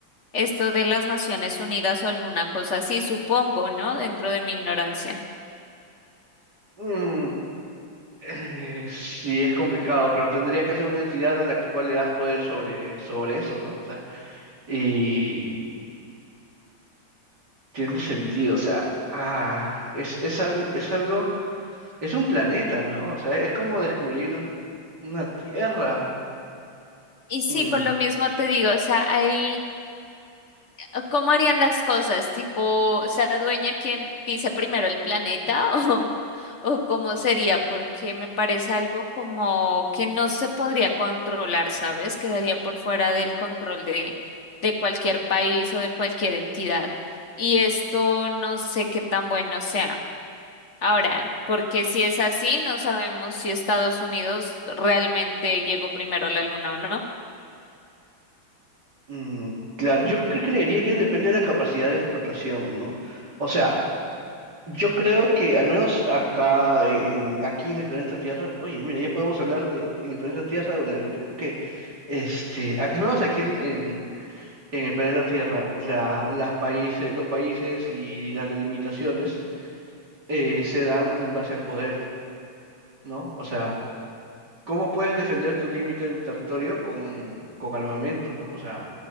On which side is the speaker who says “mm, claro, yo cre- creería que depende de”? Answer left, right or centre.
Right